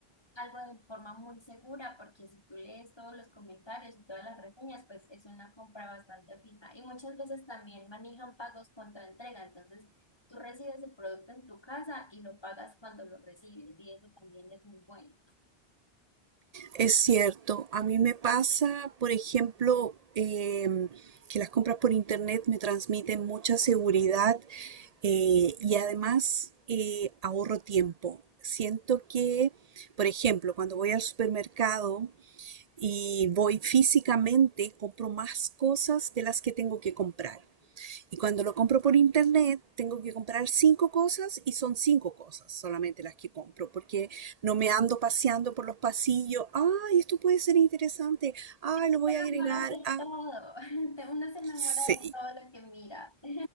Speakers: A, on the left; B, on the right.
A: algo de forma muy segura porque si tú lees todos los comentarios y todas las reseñas, pues es una compra bastante fija. Y muchas veces también manejan pagos contra entrega, entonces tú recibes el producto en tu casa y lo pagas cuando lo recibes y eso también es muy bueno.
B: es cierto. A mí me pasa, por ejemplo, em, que las compras por internet me transmiten mucha seguridad eh, y además eh, ahorro tiempo. Siento que, por ejemplo, cuando voy al supermercado y voy físicamente, compro más cosas de las que tengo que comprar. Y cuando lo compro por internet, tengo que comprar cinco cosas y son cinco cosas solamente las que compro, porque no me ando paseando por los pasillos. Ay, esto puede ser interesante. Ay,
A: te
B: lo voy
A: enamoras
B: a agregar.
A: de
B: Ah,
A: todo. <laughs> Te- Uno se enamora
B: sí.
A: de todo lo que mira. <laughs>